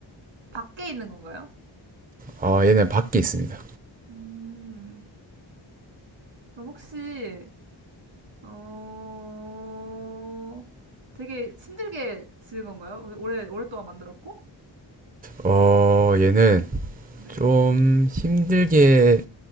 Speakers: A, on the right (about 75°); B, on the right (about 20°).
A: 밖에 있는 건가요?
B: 어 얘는 밖에 있습니다.
A: 음, 그럼 혹시 어 되게 힘들게 지은 건가요? 오래 오랫동안 만들었고?
B: 어 얘는
A: 네.
B: 좀 힘들게